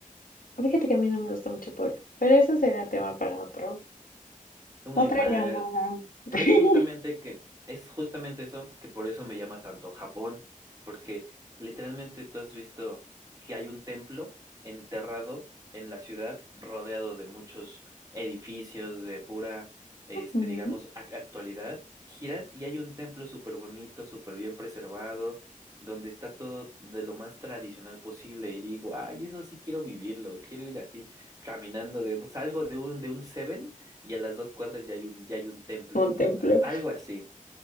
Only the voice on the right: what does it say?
Tú muy
mal.
Pero es justamente que, es justamente eso que por eso me llama tanto Japón, porque literalmente tú has visto que hay un templo enterrado en la ciudad, rodeado de muchos edificios de pura, este,
digamos, ac- actualidad. Giras y hay un templo súper bonito, súper bien preservado, donde está todo de lo más tradicional posible. Y digo, ay, eso sí quiero vivirlo, quiero ir así, caminando de, salgo de un, de un Seven y a las dos cuadras ya hay un, ya hay un templo,
¿no? A- Algo así.